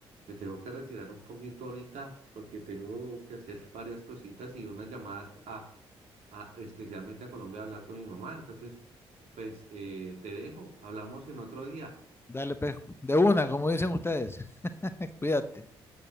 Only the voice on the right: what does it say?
me tengo que retirar un poquito ahorita porque tengo que hacer <laughs> varias cositas y unas llamadas a, a especialmente a Colombia a hablar con mi mamá. Entonces... Pues eh, te dejo, hablamos en otro día.